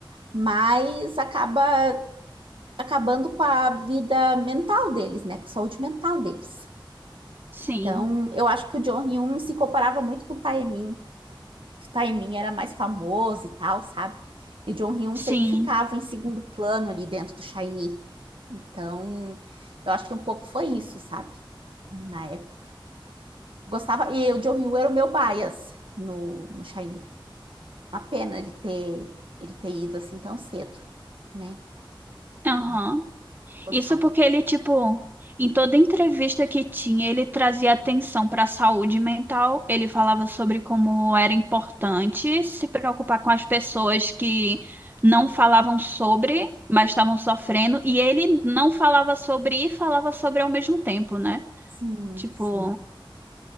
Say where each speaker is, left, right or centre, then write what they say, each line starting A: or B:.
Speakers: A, on the right; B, on the right.
A: mas acaba acabando com a vida mental deles, né? Com a saúde mental deles.
B: Sim.
A: Então, eu acho que o John Hyun se comparava muito com o Taemin, que o Taemin era mais famoso e tal, sabe? E o John Hyun
B: Sim.
A: sempre ficava em segundo plano ali dentro do SHINee. Então, eu acho que um pouco foi isso, sabe? Na época. Gostava, e o John Hill era o meu bias no, no Shiny. Uma pena de ter ele ter ido assim tão cedo, né?
B: Aham.
A: Eu gostava.
B: Isso porque
A: dele.
B: ele, tipo, em toda entrevista que tinha, ele trazia atenção para a saúde mental. Ele falava sobre como era importante se preocupar com as pessoas que não falavam sobre, mas estavam sofrendo. E ele não falava sobre e falava sobre ao mesmo tempo, né?
A: Sim,
B: Tipo,
A: sim.